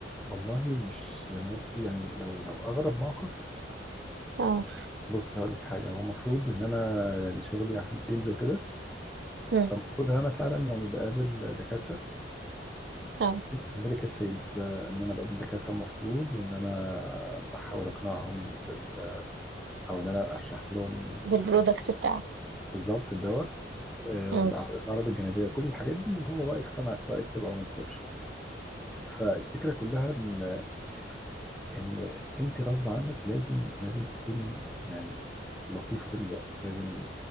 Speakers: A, in the centre; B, on the right.
A: والله مش يعني بصي يعني لو لو اغرب موقف
B: اه
A: فبصي هقول لك حاجة هو المفروض ان انا يعني شغلي عشان سيلز وكده
B: امم
A: فالمفروض ان انا فعلا يعني بقابل دكاترة
B: اه
A: ميديكال سيلز ده ان انا بقابل دكاترة المفروض وان انا بحاول اقنعهم بال او ان انا اشرح لهم
B: بالبرودكت بتاعك
A: بالظبط الدواء آه،
B: امم
A: والأعراض مم. الأعراض الجانبية كل الحاجات دي وهو بقى يقتنع سواء يكتب أو ما يكتبش فالفكرة كلها ان ان انت غصب عنك لازم لازم تكوني يعني لطيفه طول الوقت لازم